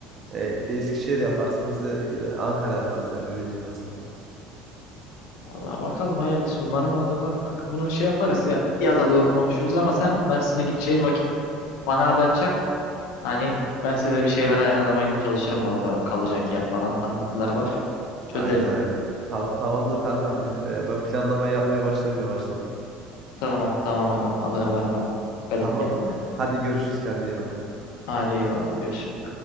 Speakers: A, on the right; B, on the left.
A: e, bir Eskişehir yaparsın. Biz de yine Ankara yaparız yani öyle diyeyim ben sana.
B: vallahi bakalım hayırlısı umarım alırlar kanka. Bunu şey yaparız ya yaza doğru konuşuruz ama sen Mersin'e gideceğin vakit bana haber çak. Hani ben size bir şeyler ayarlamaya da çalışırım orada kalacak yer falan tanıdıklar var. Çözeriz.
A: Aynen aynen. Tamam, tamamdır kankam biz e, ben planlamayı yapmaya başlayayım yavaştan.
B: Tamam tamam agam haber ver bana. Dikkat
A: Tamam.
B: et kendine.
A: Hadi görüşürüz kendine iyi bak.
B: Hadi eyvallah görüşürüz.